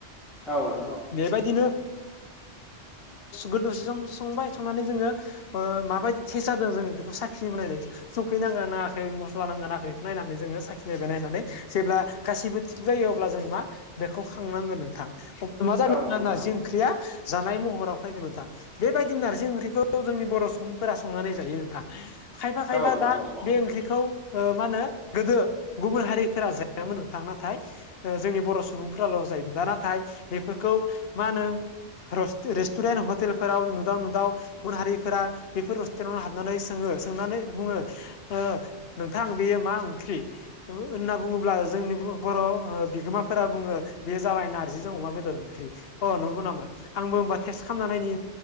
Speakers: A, in the centre; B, on the left (about 60°).
A: औ औ
B: बेबायदिनो गो दसे सम संबाय संनानै जोङो माबायदि थटेेज जादों जोङो बेखौ साखि बायदों। सौखैनांगोन नाखै मस्ला नांगोन नाखै बेखौ नायनानै जोङो साखिनायबाय नायनानै जेब्ला गासिबो थिग जायो अब्ला जों मा बेखौ खांनांगोन नोंथां। मा जानो
A: औ
B: नारजि
A: औ नोंथां औ
B: ओंख्रिया जानाय महराव फैगोन नोंथां। बेबायदि नारजि ओंख्रिखौ जोंनि बर' सुबुंफोरा संनानै जायो नोंथां। खायफा
A: औ
B: खायफा
A: नोंथां
B: दा
A: औ औ औ
B: बे ओंख्रिखौ मा होनो। गोदो गुबुन हारिफोरा जायामोन नोंथां नाथाय। ओ जोंनि बर' सुबुंफोराल' जायोमोन दा नाथाय बेफोरखौ मा होनो रस-रेस्टुरेन्ट हटेलफोराव नुदाव नुदाव गुबुन हारिफोरा बेफोर रस्टुरेन्टाव हाबनानै सोङो सोंनानै बुङो ओ नोंथां बेयो मा ओंख्रि होनना बुङोब्ला जोंनि बर' बिगोमाफोरा बुङो बे जाबाय नारजिजों अमा बेदर ओंख्रि अ नंगौ नामा आंबो बा थेस खालामनायनि